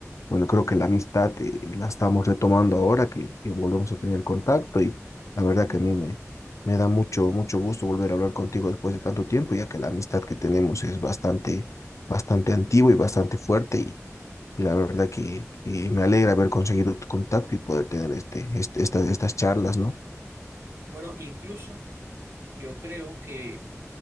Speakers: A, on the left; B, on the right.
A: bueno, creo que la amistad eh, la estamos retomando ahora que, que volvemos a tener contacto y la verdad que a mí me, me da mucho, mucho gusto volver a hablar contigo después de tanto tiempo, ya que la amistad que tenemos es bastante, bastante antigua y bastante fuerte y, y la verdad que, que me alegra haber conseguido tu contacto y poder tener este, este, esta- estas charlas, ¿no?
B: Bueno, incluso yo creo que